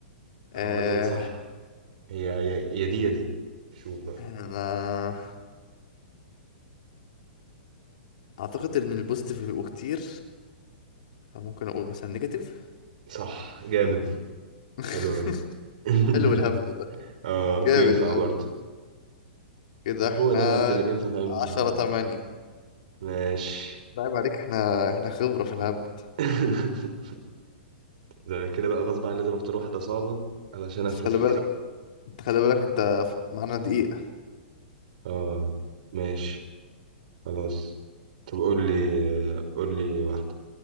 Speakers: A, on the left; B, on the right.
A: آه
B: عامة صح هي يا يا دي يا دي شوف بقى
A: انا اعتقد ان البوزيتيف بيبقوا كتير فممكن اقول مثلا نيجاتيف
B: صح جامد
A: <laughs>
B: حلو منك <laughs>
A: حلو الهبد ده
B: اه
A: جامد
B: بينفع
A: الهبد
B: برضه
A: ده كده
B: هو
A: احنا
B: ده الهبد اللي بينفع في أي امتحانات
A: عشرة تمانية
B: ماشي
A: لعيب عليك احنا احنا خبرة في الهبد
B: <laughs> ده انا كده بقى غصب عني لازم اختار واحدة صعبة علشان افرق
A: بس خلي
B: فيك
A: بالك انت خلي بالك انت ف- معانا دقيقة
B: اه ماشي خلاص طب قول لي قول لي واحدة